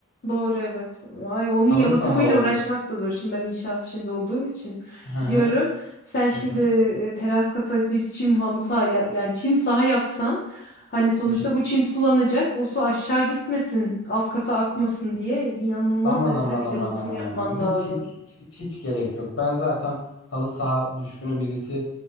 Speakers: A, on the left; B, on the left.
A: Doğru evet. Ay onun
B: Halı
A: yalıtımıyla
B: saha ol.
A: uğraşmak da zor. Şimdi ben inşaat işinde olduğum için
B: Hı hı.
A: biliyorum. Sen şimdi
B: Hı hı.
A: e, teras kata bir çim halı saha ya- yani çim saha yapsan hani sonuçta
B: Hı hı.
A: bu çim sulanacak. O su aşağı gitmesin, alt kata akmasın diye inanılmaz
B: Aman
A: derecede
B: aman
A: bir
B: aman
A: yalıtım
B: aman
A: yapman
B: aman. Hiç
A: lazım.
B: hiç hiç hiç hiç gerek yok. Ben zaten halı saha düşkünü birisi